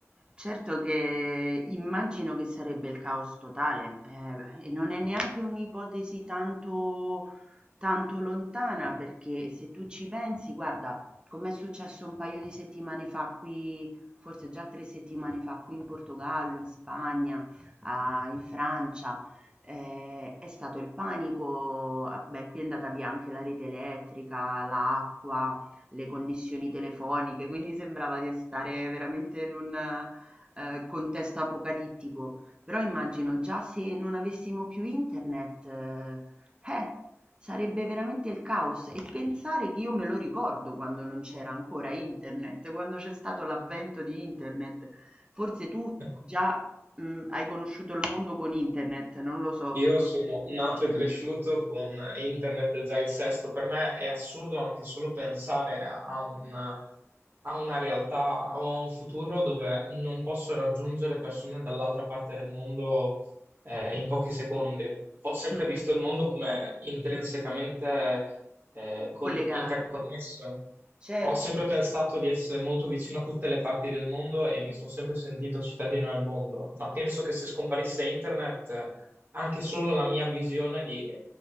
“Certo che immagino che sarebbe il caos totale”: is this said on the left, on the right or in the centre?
Right